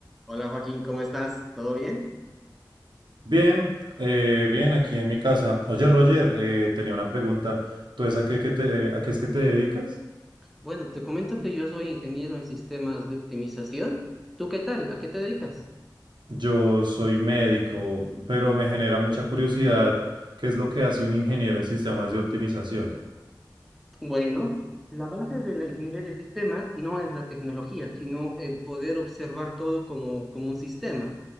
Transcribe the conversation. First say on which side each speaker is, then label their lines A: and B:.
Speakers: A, in the centre; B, on the right.
A: Hola Joaquín, ¿cómo estás? ¿Todo bien?
B: Bien, eh, bien, aquí en mi casa. Oye, Roger, eh, tenía una pregunta. ¿Tú es a qué, qué te, a qué es que te dedicas?
A: Bueno, te comento que yo soy ingeniero en sistemas de optimización. ¿Tú qué haces?
B: Yo soy médico, pero me genera mucha curiosidad qué es lo que hace un ingeniero en sistemas de optimización.
A: Bueno, La base de la ingeniería de sistemas no es la tecnología, sino el poder observar todo como, como un sistema,